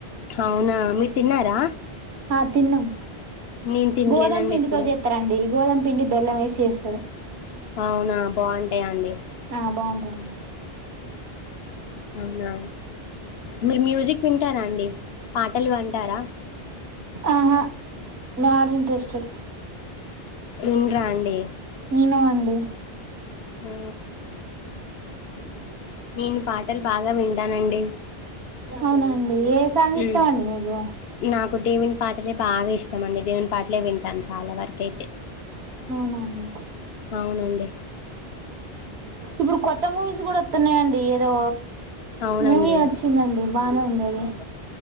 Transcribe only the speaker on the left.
అవునా మీరు తిన్నారా
నేను తినలేదండి
ఎప్పుడు
అవునా బాగుంటాయి అండి
అవునా మీరు మ్యూజిక్ వింటారా అండి పాటలు వింటారా
విన్్రా అండి
ఆ నేను పాటలు బాగా వింటానండి
ఉమ్,
నాకు దేవుని పాటలే బాగా ఇష్టం అండి దేవుని పాటలే వింటాను చాలా వరకు అయితే
అవునండి
అవునండి